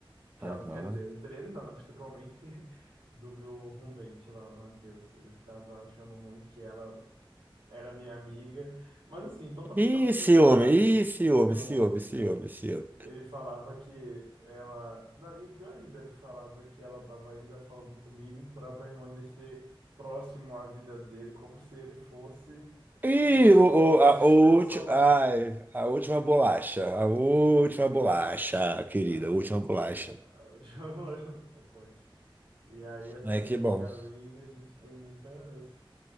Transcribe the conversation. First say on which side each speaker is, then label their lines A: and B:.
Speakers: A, on the right; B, on the right.
A: Que
B: Aham.
A: ela- Quer dizer, entre eles não, né? Principalmente <laughs> do meu roommate lá, o Matheus. Ele ficava achando ruim que ela era minha amiga, mas assim, totalmente
B: Ih,
A: autocentrada.
B: ciúme, ih, ciúme,
A: Ciúme,
B: ciúme,
A: ciúme.
B: ciúme, ciúme.
A: Ele falava que ela. não, E pior ainda, ele falava que ela estava ainda falando comigo para permanecer próximo à vida dele, como se ele fosse
B: Ih,
A: o sol
B: o, o-
A: do
B: a,
A: sistema
B: o ulti-
A: solar.
B: ai, a última bolacha, a última bolacha, querida,
A: Ah,
B: a última bolacha.
A: ah, ah, <laughs> já vou lá já do pacote. E aí, essa
B: Ai,
A: minha
B: que
A: amiga
B: bom,
A: Aline, a gente tem muitas